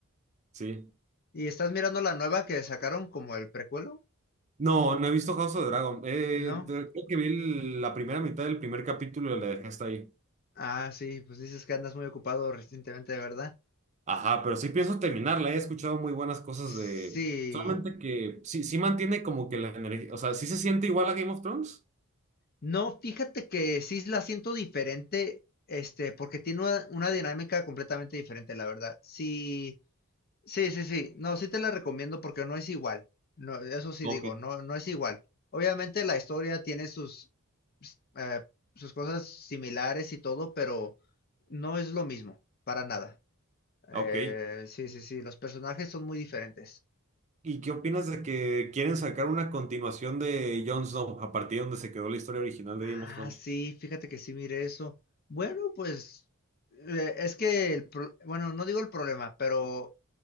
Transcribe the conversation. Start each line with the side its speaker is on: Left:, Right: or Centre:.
Right: sí.
Left: ¿Y estás mirando la nueva que sacaron como el precuelo?
Right: No, no he visto House of the Dragon. Eh,
Left: No.
Right: te- creo que vi el- la primera mitad del primer capítulo y la dejé hasta ahí.
Left: Ah, sí, pues dices que andas muy ocupado recientemente, de verdad.
Right: Ajá, pero sí pienso terminarla, he escuchado muy buenas cosas
Left: Sí.
Right: de... Solamente que sí, sí mantiene como que la energía, o sea, ¿sí se siente igual a Game of Thrones?
Left: No, fíjate que sí la siento diferente, este, porque tiene una, una dinámica completamente diferente, la verdad. Sí, sí, sí, sí. No, sí te la recomiendo porque no es igual. No, eso sí
Right: Ok.
Left: digo, no, no es igual. Obviamente la historia tiene sus, eh, sus cosas similares y todo, pero no es lo mismo, para nada.
Right: Ok.
Left: Eh, sí, sí, sí, los personajes son muy diferentes.
Right: ¿Y qué opinas de que quieren sacar una continuación de Jon Snow a partir de donde se quedó la historia original
Left: Ah,
Right: de Game of Thrones?
Left: sí, fíjate que sí mire eso. Bueno, pues eh, es que, el pro- bueno, no digo el problema, pero